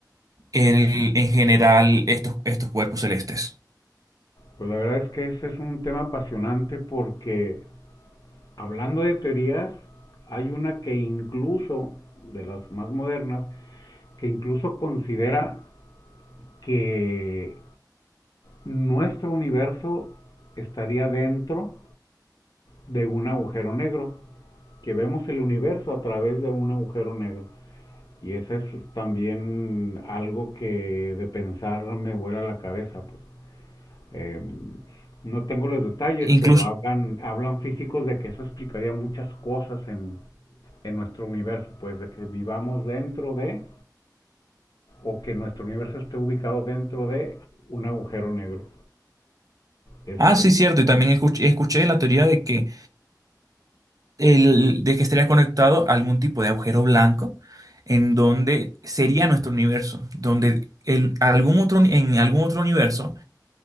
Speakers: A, on the right; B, on the left.
A: el- en general estos, estos cuerpos celestes.
B: Pues la verdad es que ese es un tema apasionante porque hablando de teorías, hay una que incluso, de las más modernas, que incluso considera que nuestro universo estaría dentro de un agujero negro, que vemos el universo a través de un agujero negro. Y eso es también algo que de pensar me vuela la cabeza, pues. Eh, no tengo los detalles,
A: Incluso,
B: pero hablan, hablan físicos de que eso explicaría muchas cosas en, en nuestro universo, pues de que vivamos dentro de, o que nuestro universo esté ubicado dentro de un agujero negro. Es,
A: ah, sí,
B: es
A: cierto, y también escuch- escuché la teoría de que, el, de que estaría conectado a algún tipo de agujero blanco en donde sería nuestro universo, donde el, algún otro, en algún otro universo